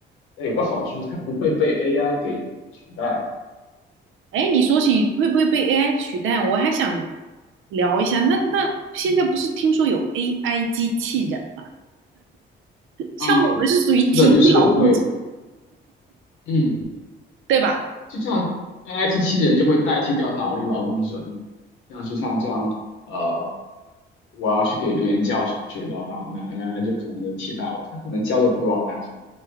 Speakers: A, on the left (about 85°); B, on the right (about 80°).
A: 那有个好处是它不会被 AI 给取代。
B: 哎，你说起会不会被 AI 取代，我还想聊一下。那那现在不是听说有 AI 机器人嘛？像我们是属于体力劳动者，
A: 嗯，是的，就是会有，嗯，
B: 对吧？
A: 就像 AI 机器人就会代替掉脑力劳动者，像是像这样，呃，我要去给别人教学的话，那 AI 就可能就替代我，它可能教的比我还好。